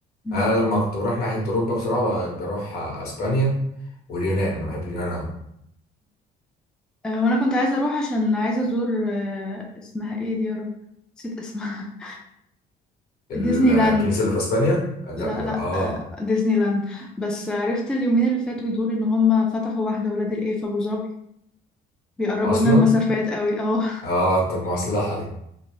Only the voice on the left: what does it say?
انا لما كنت بروح ناحيه اوروبا بصراحه ب- بروح اسبانيا واليونان انا بحب اليونان قوي
ال-
الكنيسة
اللي في اسبانيا لا, لا
اه
اصلا
اه طب مصلحة دي